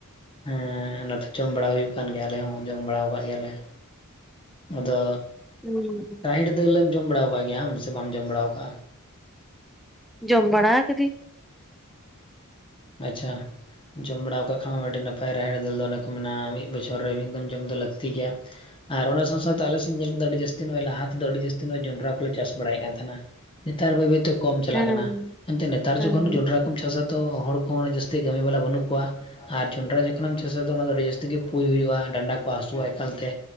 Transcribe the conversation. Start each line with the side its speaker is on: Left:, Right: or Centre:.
Left: ᱦᱮᱸ ᱚᱱᱟᱛᱮ ᱡᱚᱢ ᱵᱟᱲᱟ ᱦᱩᱭᱩᱜ ᱠᱟᱱ ᱜᱮᱭᱟ ᱟᱞᱮ ᱦᱚᱸ ᱡᱚᱢ ᱵᱟᱲᱟᱣ ᱠᱟᱜ ᱜᱮᱭᱟ ᱞᱮ᱾ ᱟᱫᱚ
Centre: ᱩᱸ ᱩᱸ᱾
Left: ᱨᱟᱦᱤᱲ ᱫᱟᱹᱞ ᱮᱢ ᱡᱚᱢ ᱵᱟᱲᱟᱣ ᱠᱟᱜ ᱜᱮᱭᱟ ᱟᱢ ᱥᱮ ᱵᱟᱢ ᱡᱚᱢ ᱵᱟᱲᱟᱣ ᱠᱟᱜ-ᱟ?
Centre: ᱡᱚᱢ ᱵᱟᱲᱟ ᱟᱠᱟᱫᱟᱹᱧ᱾
Left: ᱟᱪᱪᱷᱟ᱾ ᱡᱚᱢ ᱵᱟᱲᱟᱣ ᱠᱟᱜ ᱠᱷᱟᱱᱮᱢ ᱟᱹᱰᱤ ᱱᱟᱯᱟᱭ ᱨᱟᱦᱮᱲ ᱫᱟᱹᱞ ᱫᱚ ᱚᱱᱮ ᱠᱚ ᱢᱮᱱᱟ ᱢᱤᱫ ᱵᱚᱪᱷᱚᱨ ᱨᱮ ᱢᱤᱫ ᱫᱚᱢ ᱡᱚᱢ ᱫᱚ ᱞᱟᱹᱠᱛᱤ ᱜᱮᱭᱟ᱾ ᱟᱨ ᱚᱱᱟ ᱥᱟᱶ ᱥᱟᱶ ᱛᱮ ᱟᱞᱮ ᱥᱮᱫ ᱤᱧ ᱧᱮᱞ ᱠᱮᱫᱟ ᱟᱹᱰᱤ ᱡᱟᱹᱥᱛᱤ ᱱᱚᱜ-ᱚᱭ ᱞᱟᱦᱟ ᱛᱮᱫᱚ ᱟᱹᱰᱤ ᱡᱟᱹᱥᱛᱤ ᱱᱚᱜ-ᱚᱭ ᱡᱚᱱᱰᱨᱟ ᱠᱚ ᱞᱮ ᱪᱟᱥ ᱵᱟᱲᱟᱭᱮᱜ ᱠᱟᱱ ᱛᱟᱦᱮᱱᱟ᱾ ᱱᱮᱛᱟᱨ ᱵᱟᱹᱭ ᱵᱟᱹᱭ ᱛᱮ ᱠᱚᱢ ᱪᱟᱞᱟᱜ
Centre: ᱦᱮᱸ
Left: ᱠᱟᱱᱟ, ᱮᱱᱛᱮᱫ ᱱᱮᱛᱟᱨ
Centre: ᱦᱮᱸ
Left: ᱡᱚᱠᱷᱚᱱ ᱡᱚᱱᱰᱨᱟ ᱠᱚᱢ ᱪᱟᱥᱟ ᱛᱚ ᱦᱚᱲ ᱦᱚᱸ ᱩᱱᱟᱹᱜ ᱡᱟᱹᱥᱛᱤ ᱠᱟᱹᱢᱤ ᱵᱟᱞᱟ ᱵᱟᱹᱱᱩᱜ ᱠᱚᱣᱟ᱾ ᱟᱨ ᱡᱚᱱᱰᱨᱟ ᱡᱚᱠᱷᱚᱱᱮᱢ ᱪᱟᱥᱟ ᱛᱚ ᱚᱱᱟ ᱫᱚ ᱟᱹᱰᱤ ᱡᱟᱹᱥᱛᱤ ᱜᱮ ᱯᱩᱭ ᱦᱩᱭᱩᱜ-ᱟ ᱰᱟᱸᱰᱟ ᱠᱚ ᱦᱟᱥᱩᱣᱟ ᱮᱠᱟᱞ ᱛᱮ᱾